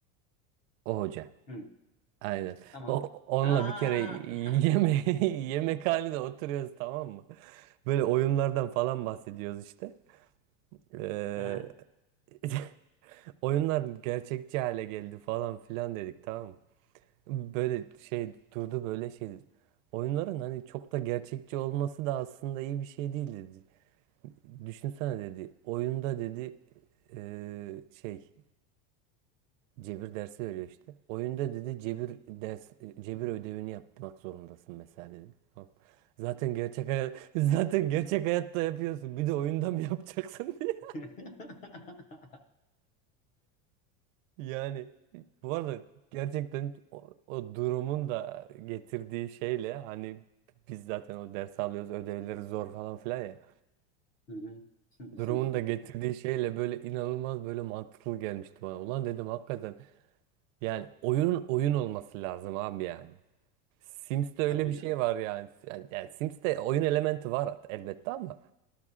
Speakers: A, on the right (about 65°); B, on the left (about 20°).
A: O hoca.
B: Hı.
A: Aynen.
B: Tamam.
A: O, onunla
B: Ha, ha,
A: bir kere
B: ha,
A: yeme <laughs> yemekhanede oturuyoruz tamam mı? Böyle oyunlardan falan bahsediyoruz işte. Ee,
B: Aha.
A: <laughs> oyunlar gerçekçi hale geldi falan filan dedik tamam mı? Böyle şey durdu böyle şey. Oyunların hani çok da gerçekçi olması da aslında iyi bir şey değil dedi. Düşünsene dedi. Oyunda dedi eee, şey cebir dersi veriyor işte. Oyunda dedi cebir ders cebir ödevini yapmak zorundasın mesela dedi. Tamam. Zaten gerçek hayat <laughs> zaten gerçek hayatta yapıyorsun. Bir de oyunda mı yapacaksın <laughs> diye.
B: <laughs>
A: Yani bu arada gerçekten o, o durumun da getirdiği şeyle hani biz zaten o ders alıyoruz ödevleri zor falan filan ya.
B: Hı hı. <laughs>
A: Durumun da getirdiği şeyle böyle inanılmaz böyle mantıklı gelmişti bana. Ulan dedim hakikaten Yani oyunun oyun olması lazım abi yani. Sims'te öyle
B: Tabii
A: bir şey
B: canım.
A: var yani. Yani, yani Sims'te oyun elementi var elbette ama